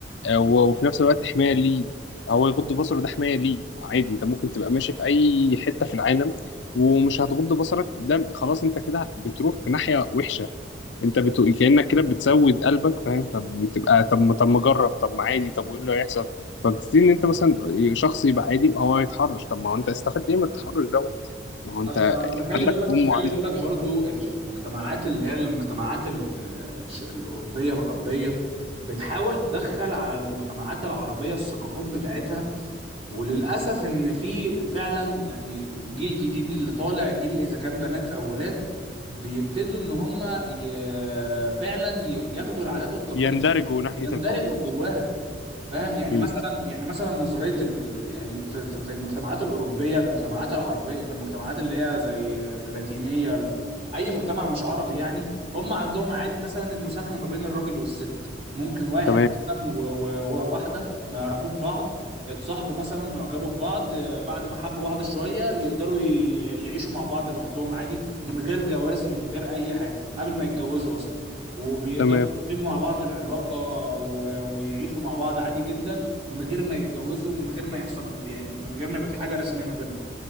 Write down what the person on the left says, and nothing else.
آه، و- وفي نفس الوقت حمايه ليه هو يغض بصره ده حمايه ليه عادي انت ممكن تبقى ماشي في اي حته في العالم ومش هتغض بصرك ده خلاص انت كده بتروح في ناحيه وحشه انت بتقول كأنك كده بتسود قلبك فاهم فبتبقى طب ما طب ما اجرب طب ما عادي طب وايه اللي هيحصل فبتبتدي ان انت مثلا شخص يبقى عادي يبقى هو يتحرش طب ما هو انت استفدت ايه من التحرش دوت ما هو انت
عندك
ام
وعندك
يندرجوا ناحية
الحوار ده
امم
تمام
تمام